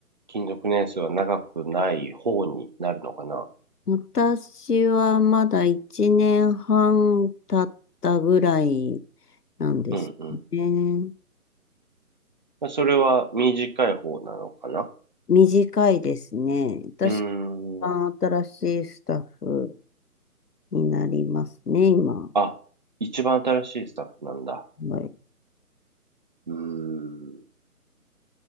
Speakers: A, on the right; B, on the left.
A: 勤続年数は長くない方になるのかな
B: 私はまだ1年半経ったぐらいなんですね。
A: うんうん。それは短い方なのかな
B: 短いですね。私
A: うーん。
B: が新しいスタッフになりますね、今。
A: あ、一番新しいスタッフなんだ。
B: はい。
A: うーん。